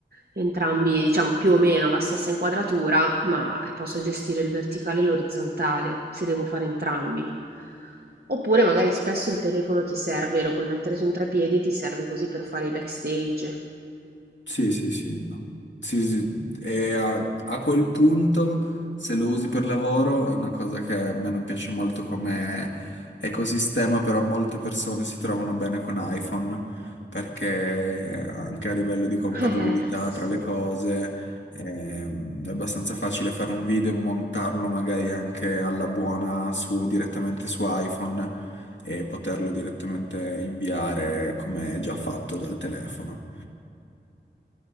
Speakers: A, on the right; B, on the left.
A: entrambi, diciamo, più o meno la stessa inquadratura, ma posso gestire il verticale e l'orizzontale, se devo fare entrambi. Oppure magari spesso il telefono ti serve, lo puoi mettere su un treppiedi e ti serve così per fare i backstage.
B: Sì, sì, sì, no. Sì, sì, E a, a quel punto, se lo usi per lavoro, è una cosa che a me non piace molto come ecosistema, però molte persone si trovano bene con iPhone, perché anche a livello di compatibilità
A: Eh, sì.
B: tra le cose, ehm, è abbastanza facile fare un video e montarlo magari anche alla buona su, direttamente su iPhone e poterlo direttamente inviare come è già fatto dal telefono.